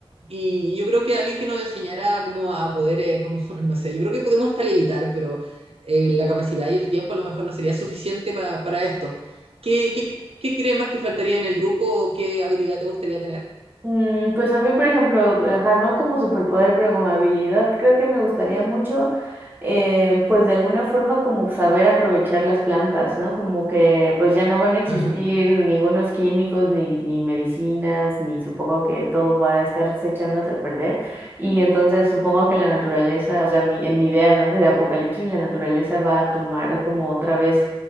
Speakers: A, on the right; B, on the right.
A: Y yo creo que alguien que nos enseñara como a poder, eh, como, <laughs> no sé, yo creo que podemos hasta levitar, pero eh, la capacidad y el tiempo a lo mejor no sería suficiente pa- para esto. ¿Qué, qué, qué crees más que faltaría en el grupo o qué habilidad te gustaría tener?
B: Mm, pues a mí, por ejemplo, eh, ajá, no como superpoder, pero como habilidad, creo que me gustaría mucho, eh, pues de alguna forma como saber aprovechar las plantas, ¿no? Como que pues ya no van a existir
A: Ajá.
B: ningunos químicos, ni, ni medicinas, ni supongo que todo va a estarse echándose a perder. Y entonces supongo que la naturaleza, o sea, mi, en mi idea, ¿no? De apocalipsis, la naturaleza va a tomar como otra vez